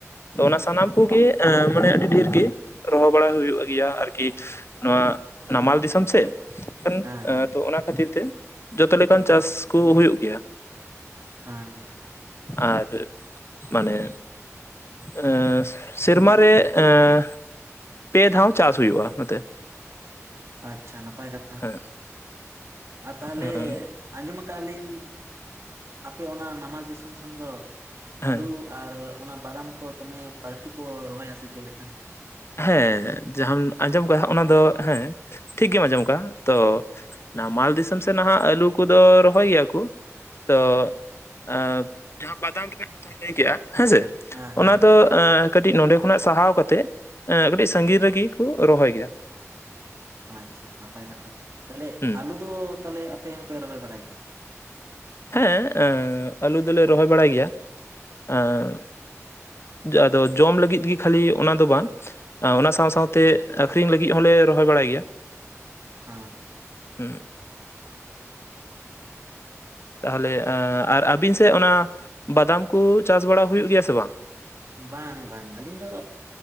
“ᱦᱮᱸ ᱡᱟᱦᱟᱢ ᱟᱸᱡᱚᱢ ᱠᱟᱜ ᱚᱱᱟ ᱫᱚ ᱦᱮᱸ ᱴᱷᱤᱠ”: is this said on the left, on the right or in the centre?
Left